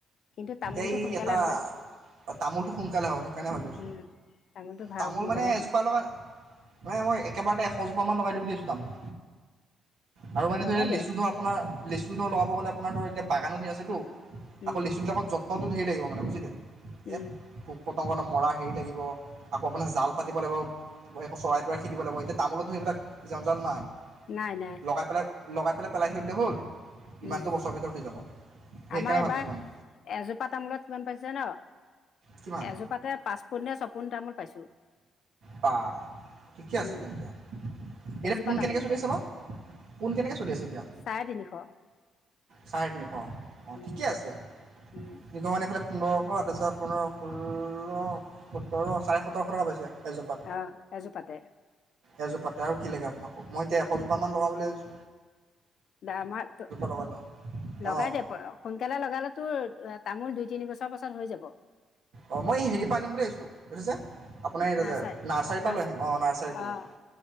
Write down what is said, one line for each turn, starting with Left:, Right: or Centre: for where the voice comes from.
Left: কিন্তু তামোলটো
Right: এই
Left: সোনকালে
Right: এটা
Left: হয়
Right: তামোলটো সোনকালে হয়, সেইকাৰণে ভাবি আছোঁ।
Left: উম তামোলটো ভাল
Right: তামোল
Left: সোনকালে
Right: মানে এজোপা
Left: হয়
Right: লগা নাই মই একেবাৰতে এশজোপামান লগাই দিম বুলি ভাবিছোঁ, তামোল? আৰু মানে
Left: লগাই
Right: ধৰি ল,
Left: দে
Right: লেচু ধৰ আপোনাৰ লেচু ধৰ লগাব গ'লে, আপোনাৰ ধৰ এতিয়া বাগানো ঢেৰ আছেতো।
Left: উম
Right: আকৌ লিচু বিলাকত যত্নটো ধেৰি লাগিব মানে বুজিলে, এই
Left: উম
Right: পোক-পতংগ মৰা হেৰি লাগিব ব, আকৌ আপোন জাল পাতি লাগিব, আকৌ চৰাই তৰাই খেদিব লাগিব। এতিয়া তামোলত ধৰ এইবিলাক জন জাল নাই।
Left: নাই নাই
Right: লগাই পেলাই, লগাই পেলাই, পেলাই থৈ দিলে হ'ল। ইমানটো
Left: উম
Right: বছৰ ভিতৰত হৈ যাব। সেইকাৰণে
Left: আমাৰ এইবাৰ
Right: ভাবিছোঁ মানে
Left: এজোপা তামোলত কিমান পাইছো জান?
Right: কিমান
Left: এজোপাতে পাঁচ পোনে নে ছপোন তামোল পাইছো।
Right: বা ঠিকে আছে
Left: উম,
Right: তেন্তে, এতিয়া
Left: এজোপা
Right: পোন
Left: তামোলতে
Right: কেনেকৈ চলি আছে বা? পোন কেনেকে চলি আছে এতিয়া?
Left: চাৰে তিনিশ।
Right: চাৰে তিনিশ, অ'
Left: উম,
Right: ঠিকে আছে।
Left: উম,
Right: ত' এইফালে পোন্ধৰশ তাৰ পাছত পোন্ধৰ ষো্ল সোতৰ চাৰে সোতৰশ টকা পাইছে, এজোপাত।
Left: অ' এাজোপাতে।
Right: এজোপাতে আৰু কি লাগে আপোনাক কওঁক, মই এতিয়া এশজোপা মান লগাম বুলি ভাবিছো।
Left: দে আমাৰটো,
Right: লগাই লওঁ
Left: লগাই
Right: অঁ
Left: দে পৰা। সোনকালে লগালে তোৰ, আ তামোল দুই তিনি বছৰ পাছত হৈ যাব।
Right: অ' মই হেৰি পৰা আনিম বুলি ভাবিছো। এইটোযে আপুনাৰ এইটো
Left: নাৰ্চাৰী
Right: যে নাৰ্চাৰীৰ
Left: নাৰ্চ
Right: পৰা লৈ আহিম, অ' নাৰ্চাৰীৰ
Left: অ',
Right: পুলি।